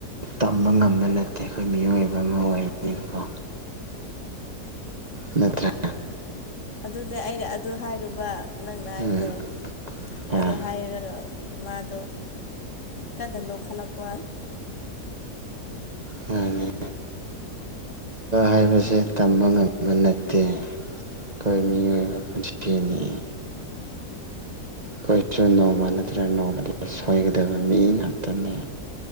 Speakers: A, on the right; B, on the left.
A: ꯇꯝꯕ ꯉꯝꯕ ꯅꯠꯇꯦ ꯑꯩꯈꯣꯏ ꯃꯤꯑꯣꯏꯕ ꯑꯃ ꯑꯣꯏꯕꯅꯤꯅꯀꯣ ꯅꯠꯇ꯭ꯔꯥ
B: ꯑꯗꯨꯅꯦ ꯑꯩꯅ ꯑꯗꯨ ꯍꯥꯏꯔꯨꯕ ꯅꯪꯅ ꯍꯥꯏꯕꯗꯣ
A: ꯎꯝ ꯑꯥ
B: ꯑꯗꯣ ꯍꯥꯏꯔꯒ ꯃꯥꯗꯣ ꯀꯗꯟꯗꯣ ꯈꯜꯂꯛꯄꯣ
A: ꯑꯅꯦ ꯍꯥꯏꯕꯁꯦ ꯇꯝꯕ ꯉꯝꯕ ꯅꯠꯇꯦ ꯑꯩꯈꯣꯏ ꯃꯤꯑꯣꯏꯕ ꯄꯨꯟꯊꯅꯤ ꯑꯩꯈꯣꯏꯁꯨ ꯅꯣꯡꯃ ꯅꯠꯇ꯭ꯔꯒ ꯅꯣꯡꯃꯗ ꯁꯣꯏꯒꯗꯕ ꯃꯤ ꯉꯥꯛꯇꯅꯤ